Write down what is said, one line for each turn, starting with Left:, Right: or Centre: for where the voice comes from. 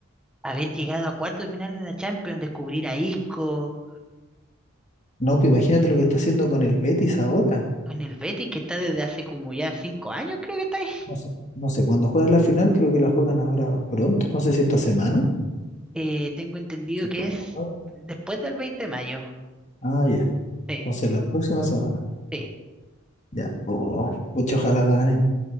Centre: Haber llegado a cuartos de final en la Champions, descubrir a Isco.
Left: No, pues imagínate lo que está haciendo con el Betis ahora.
Centre: Con el Betis, que está desde hace como ya cinco años, creo que está ahí.
Left: No sé, no sé, cuando juegan la final, creo que la juegan ahora pronto, no sé si esta semana.
Centre: Eh, tengo entendido
Left: Sí,
Centre: que
Left: cuándo
Centre: es
Left: juegan.
Centre: después del 20 de mayo.
Left: Ah, ya,
Centre: Sí,
Left: entonces la próxima semana.
Centre: sí,
Left: Ya, oh, pucha, ojalá ganen.